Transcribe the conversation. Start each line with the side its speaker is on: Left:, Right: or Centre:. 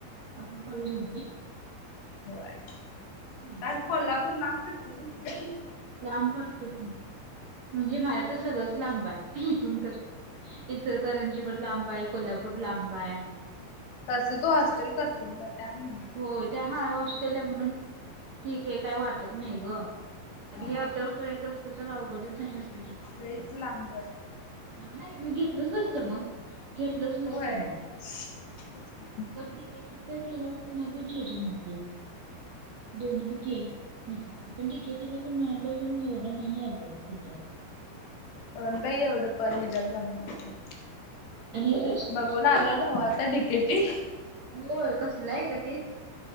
Right: आपल्या कॉलेजमधले?
Left: होय
Right: हं.
Left: कारण कोल्हापूर ना लांब पडतंय इथून.
Right: लांब पडतय खूप म्हणजे <unintelligible> तर सगळंच लांब आहे इथून तर. इचलकरंजी पण लांबाय कोल्हापूर लांबय
Left: तस तू हॉस्टेल करशील ना त्यामुळे.
Right: हो ते हाय, हॉस्टेल आहे म्हणून ठीक आहे काय वाटत नाही ग. आणि
Left: हा
Right: हे अप डाऊन करायचं असत तर अवगडच झालं असत.
Left: लईच लांबय.
Right: हा नाही मी घेतलोच नसतो मग घेतलोच
Left: होय
Right: नसतो मग.
Left: तेच की
Right: मग डीकेटी तर केलं असत, नाहीतर जे जे मगदूम. दोन्ही पैकी एक पण डी के टी ला पण मिळाल पण एवढं नाही आहे ग तिथं.
Left: पण नाही एवढं पण हेच्यात जाऊण आत ते
Right: आणि रेस्ट्रिक्शन
Left: बघून आलेलो
Right: खूप आहे
Left: नव्ह
Right: तिथं
Left: आता डीकेटी.
Right: होय कसलंय ग ते